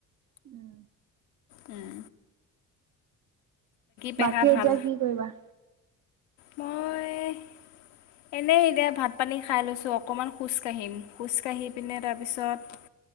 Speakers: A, on the right; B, on the left.
A: উম,
B: উম, পেহা
A: বাকী,
B: ভাল
A: এতিয়া কি কৰিবা? <unintelligible>
B: মই এনেই এতিয়া ভাত পানী খাই লৈছোঁ, অকণমান খোজকাাঢ়িম খোজকাাঢ়ি পিনে তাৰপিছত